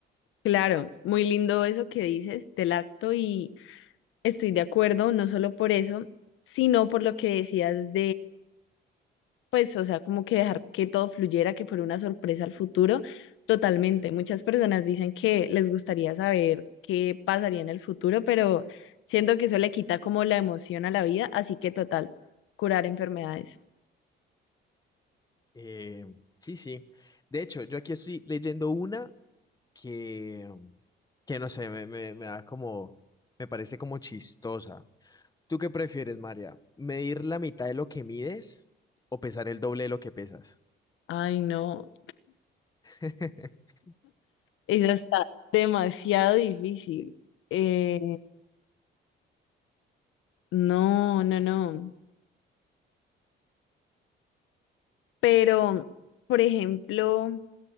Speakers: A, on the left (about 85°); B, on the left (about 20°).
A: claro, muy lindo eso que dices del acto y estoy de acuerdo, no solo por eso, sino por lo que decías pues, o sea, como que dejar que todo fluyera, que fuera una sorpresa al futuro. Totalmente. Muchas personas dicen que les gustaría saber qué pasaría en el futuro, pero siento que eso le quita como la emoción a la vida, así que total, curar enfermedades.
B: Eh, sí, sí. De hecho, yo aquí estoy leyendo una que, que no sé, me, me, me da como, me parece como chistosa. ¿Tú qué prefieres, María? ¿Medir la mitad de lo que mides o pesar el doble de lo que pesas?
A: Ay, no,
B: <laughs>
A: eso está demasiado difícil. Eh, no, no, no. Pero, por ejemplo,